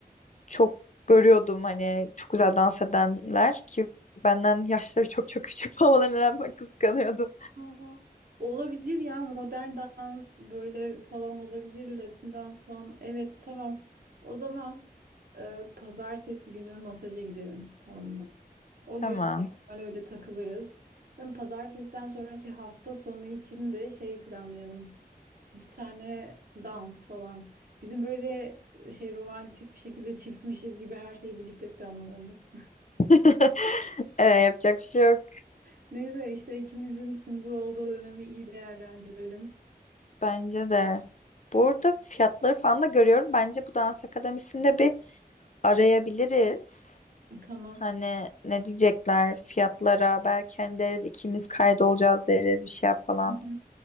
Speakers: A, on the left; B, on the right.
A: çok görüyordum hani çok güzel dans edenler ki benden yaşları çok çok küçük <laughs> olmalarına rağmen kıskanıyordum.
B: Aa, Olabilir ya modern dans böyle falan olabilir. Latin dans falan. Evet tamam. O zaman e, pazartesi günü masaja gidelim. Tamam mı? O
A: Tamam.
B: gün normal öyle takılırız. Ben pazartesiden sonraki hafta sonu için de şey planlayalım. Bir tane dans falan. Bizim böyle e, şey romantik bir şekilde çiftmişiz gibi her şeyi birlikte planlamamız.
A: <laughs> Ee, yapacak bir şey yok.
B: <laughs> Neyse işte ikimizin single olduğu dönemi iyi değerlendirelim.
A: Bence de. Burada fiyatları falan da görüyorum. Bence bu dans akademisinde bir arayabiliriz.
B: Tamam.
A: Hani ne diyecekler fiyatlara belki hani deriz ikimiz kaydolacağız deriz bir şey yap falan
B: <laughs>